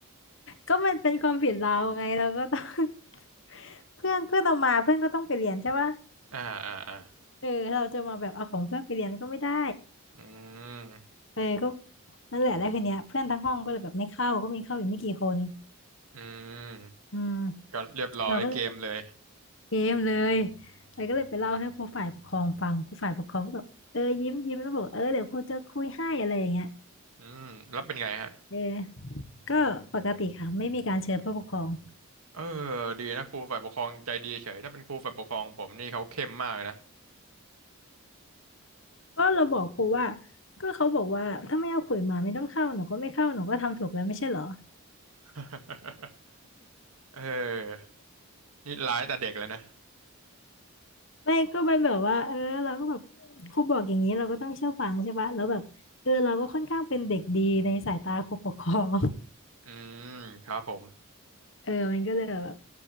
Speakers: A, on the left; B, on the right.
A: ก็มันเป็นความผิดเราไงเราก็ต้อง <laughs> เพื่อนเพื่อนเอามาเพื่อนก็ต้องไปเรียนใช่ปะ
B: อ่าอ่าอ่า
A: เออเราจะมาแบบเอาของเพื่อนไปเรียนก็ไม่ได้
B: อืม
A: เออก็นั่นแหละแล้วคืนเนี้ยเพื่อนทั้งห้องก็เลยแบบไม่เข้าก็มีเข้าอีกไม่กี่คน
B: อืม
A: อืม
B: ก็เรียบร้อยเกมเลย
A: เราก็เลยเกมเลยไอ้ก็เลยไปเล่าให้ครูฝ่ายปกครองฟังครูฝ่ายปกครองก็แบบเออยิ้มยิ้มแล้วบอกเออเดี๋ยวครูจะคุยให้อะไรอย่างเงี้ย
B: อืมแล้วเป็นไงฮะ
A: เออก็ปกติค่ะไม่มีการเชิญผู้ปกครอง
B: เออดีนะครูฝ่ายปกครองใจดีเฉยถ้าเป็นครูฝ่ายปกครองผมนี่เขาเข้มมากเลยนะ
A: ก็เราบอกครูว่าก็เขาบอกว่าถ้าไม่เอาขลุยมาไม่ต้องเข้าหนูก็ไม่เข้าหนูก็ทำถูกแล้วไม่ใช่เหรอ
B: <laughs> เออนี่ร้ายแต่เด็กเลยนะ
A: ไม่ก็มันแบบว่าเออเราก็แบบครูบอกอย่างนี้เราก็ต้องเชื่อฟังใช่ปะแล้วแบบเออเราก็ค่อนข้างเป็นเด็กดีในสายตาครูปกครอง
B: อืมครับผม
A: <laughs> เออมันก็เลยแบบ